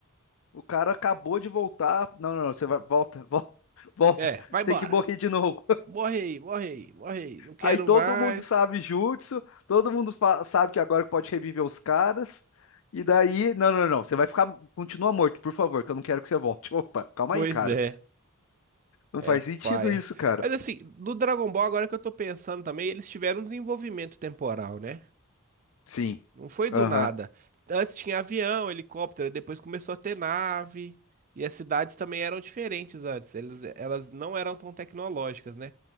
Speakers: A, on the left; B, on the right.
A: O cara acabou de voltar. Não, não, não, você vai, volta, <laughs> volta, volta.
B: É, vai
A: Você
B: embora.
A: tem que morrer de novo.
B: Morre aí, morre aí, morre aí. Não quero
A: Aí todo
B: mais.
A: mundo sabe jutsu, todo mundo fa- sabe que agora pode reviver os caras. E daí, não, não, não, você vai ficar, continua morto, por favor, que eu não quero que você volte. Opa, calma
B: Pois
A: aí, cara.
B: é.
A: Não
B: É
A: faz sentido
B: paia.
A: isso, cara.
B: Mas assim, do Dragon Ball, agora que eu tô pensando também, eles tiveram um desenvolvimento temporal, né?
A: Sim.
B: Não foi do
A: Aham.
B: nada. Antes tinha avião, helicóptero, depois começou a ter nave. E as cidades também eram diferentes antes. Eles, elas não eram tão tecnológicas, né?